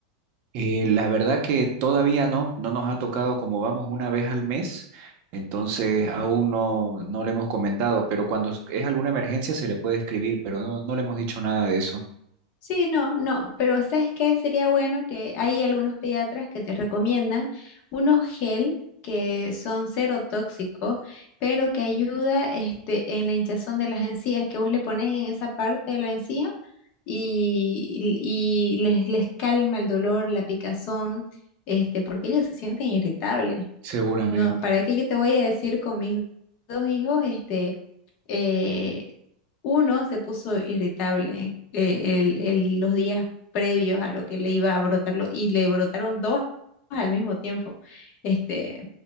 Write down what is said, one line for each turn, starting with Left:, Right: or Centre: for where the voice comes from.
Right: Eh, la verdad que todavía no, no nos ha tocado como vamos una vez al mes, entonces aún no, no le hemos comentado, pero cuando es es alguna emergencia se le puede escribir, pero no, no le hemos dicho nada de eso.
Left: Sí, no, no, pero ¿sabes qué? Sería bueno que hay algunos pediatras que te recomiendan unos gel que son cero tóxicos, pero que ayuda este, en la hinchazón de las encías, que vos le pones en esa parte de la encía y, y les, les calma el dolor, la picazón, este, porque ellos se sienten irritables.
Right: Seguramente.
Left: No, ¿para qué yo te voy a decir con mis dos hijos, este, eh. Uno se puso irritable eh, el- el- los días previos a lo que le iba a brotarlo y le brotaron dos al mismo tiempo. Este,